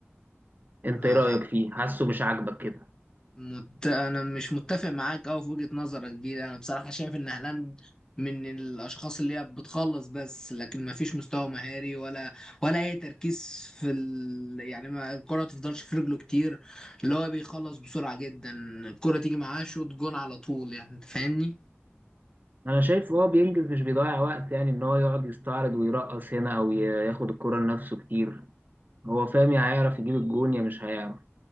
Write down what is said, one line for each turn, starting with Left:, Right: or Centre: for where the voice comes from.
Right: انت
Left: ما
Right: ايه رأيك فيه حاسه مش عاجبك كده
Left: مت... انا مش متفق معاك أوي في وجهة نظرك دي انا بصراحة شايف ان هالاند من الاشخاص اللي هي بتخلص بس لكن ما فيش مستوى مهاري ولا ولا اي تركيز في ال... يعني ما الكرة تفضلش في رجله كتير اللي هو بيخلص بسرعة جدا الكرة تيجي معاه شوط جون على طول يعني انت فاهمني
Right: انا شايف هو بينجز مش بيضيع وقت يعني ان هو يقعد يستعرض ويرقص هنا او ي- ياخد الكرة لنفسه كتير هو فاهم يا هيعرف يجيب الجون يا مش هيعرف